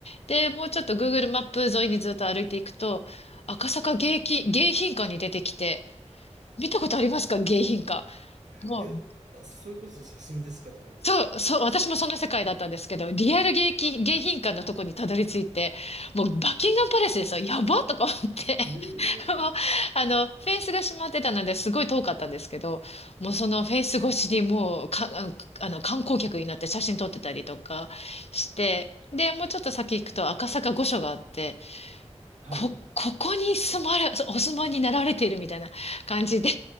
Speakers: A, on the left (about 60°); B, on the right (about 85°).
A: で、もうちょっと Google マップ沿いにずっと歩いていくと、赤坂迎賓、迎賓館に出てきて、見たことありますか迎賓館。もう、
B: いや、あそれこそ写真でしかって感じですね。
A: そう、そう、私もその世界だったんですけど、リアル迎賓、迎賓館のとこにたどり着いて、もうバッキンガンパレスですよ。やばとか思って。
B: ええ
A: <laughs> もうあの、フェンスが閉まってたので、すごい遠かったんですけど、もうそのフェンス越しにもうか、あの、あの観光客になって写真撮ってたりとかして、で、もうちょっと先行くと赤坂御所があって、
B: はい。
A: こ、ここに住まれ、お住まいになられているみたいな感じで、